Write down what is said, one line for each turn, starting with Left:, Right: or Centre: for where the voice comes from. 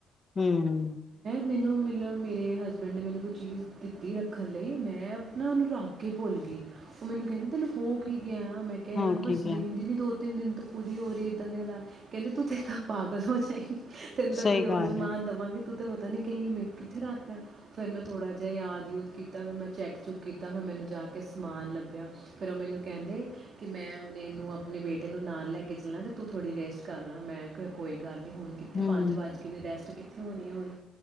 Left: ਹਮ
Right: ਮੈਨੂੰ ਮਤਲਬ ਮੇਰੇ ਹਸਬੈਂਡ ਨੇ ਮੈਨੂੰ ਕੋਈ ਚੀਜ਼ ਦਿੱਤੀ ਰੱਖਣ ਲਈ ਮੈਂ ਆਪ ਨਾ ਉਹਨੂੰ ਰੱਖ ਕੇ ਭੁੱਲ ਗਈ ਉਹ ਮੈਨੂੰ ਕਹਿੰਦਾ ਤੈਨੂੰ ਹੋ ਕੀ ਆਇਆ ਮੈਂ ਕਿਹਾ
Left: ਹੋਰ
Right: ਯਾਰ ਬਸ
Left: ਕੀ ਕਿਆ।
Right: ਨੀਂਦ ਨੀ ਦੋ ਤਿੰਨ ਦਿਨ ਤੋਂ ਪੂਰੀ ਹੋ ਰਹੀ ਇਏਦਾਂ ਕਿ ਹਾਲਾਤ ਕਹਿੰਦੇ ਤੂੰਥੇ ਤਾਂਾਂ ਪਾਗਲ ਹੋ ਜਾਏਗੀ ਤੈਨੂੰ ਤਾਂ
Left: ਸਹੀ
Right: ਕੋਈ ਹੋਰ
Left: ਗੱਲ
Right: ਸਮਾਨ
Left: ਐ,
Right: ਦੇਵਾਂਗੇ ਤੂੰ ਤਾਂ ਪਤਾ ਨਹੀਂੀ ਕਹਿੰਗੀ ਮੈਂ ਕਿੱਥੇ ਰੱਖ ਰਿ ਫਿਰ ਮੈਂ ਥੋੜ੍ਹਾ ਜਿਹਾ ਯਾਦ ਯੂਦ ਕੀਤਾ ਫਿਰ ਮੈਂ ਚੈੱਕ ਚੁੱਕ ਕੀਤਾ ਫਿਰ ਮੈਨੂੰ ਜਾ ਕੇ ਸਮਾਨ ਲੱਭਿਆ ਫਿਰ ਉਹ ਮੈਨੂੰ ਕਹਿੰਦੇ ਕਿ ਮੈਂ ਹੁਣ ਇਹਨੂੰ ਆਪਣੇ ਬੇਟੇ ਨੂੰ ਨਾਲ ਲੈ ਕੇ ਤੂੰ ੋੜੀ ਰੇਟ ਗੱਲ ਆ ਮੈਂ ਕਿਹਾ ਕੋਈ ਗੱਲ ਨਹੀਂ ਹੁਣ ਕਿੱਥੇ
Left: ਹੂੰ,
Right: ਪੰਜ ਵੱਜ ਕੇ ਨੇ ਰੈਸਟ ਕੀਤਾ ਕੀਤੀ ਉੱਥੇ ਹੋਣੇ ਹੋਣ